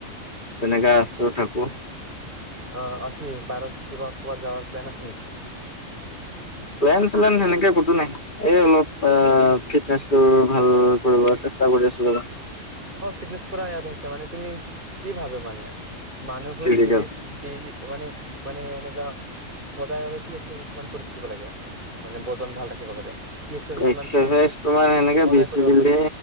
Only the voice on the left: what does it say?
যেনেকে আছোঁ থাকো
প্লেন চেলেন সেনেকে কতো নাই এই অলপ আ ফিটনেচ টো ভাল কৰিব আছে চেষ্টা কৰি আছোঁ ৰবা
ফিজিকেল
এক্সাৰচাইজ
তোমাৰ সেনেকে
বেছিকেলি